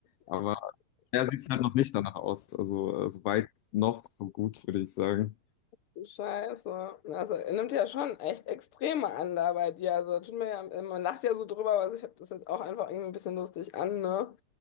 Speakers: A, on the left; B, on the left.
A: Aber bisher sieht es halt noch nicht danach aus. Also, äh, so weit noch, so gut, würde ich sagen.
B: du Scheiße. Also, er nimmt ja schon echt Extreme an da bei dir. Also, tut mir ja, man lacht ja so drüber, aber ich habe das jetzt auch einfach irgendwie ein bisschen lustig an, ne?